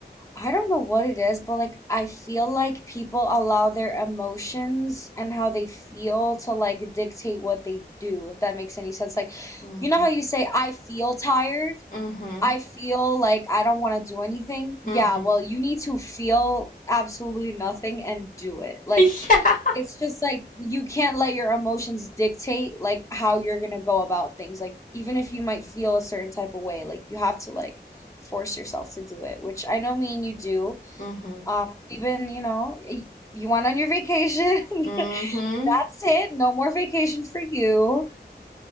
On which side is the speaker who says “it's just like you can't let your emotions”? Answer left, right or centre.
Left